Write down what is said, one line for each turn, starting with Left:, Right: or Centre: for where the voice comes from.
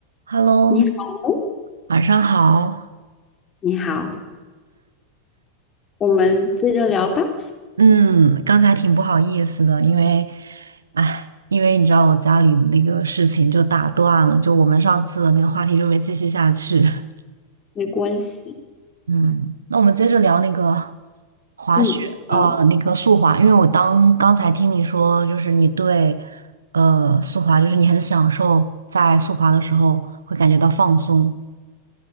Right: Hello，
Left: 你好哦，
Right: 晚上好。
Left: 你好，我们接着聊吧，
Right: 嗯，刚才挺不好意思的，因为，哎，因为你知道我家里的那个事情就打断了，就我们上次的那个话题就没继续下去。<laughs>
Left: 没关系。
Right: 嗯，那我们接着聊那个滑雪，
Left: 嗯，
Right: 呃，
Left: 好，
Right: 那个速滑，因为我当刚才听你说，就是你对，呃，速滑，就是你很享受在速滑的时候会感觉到放松，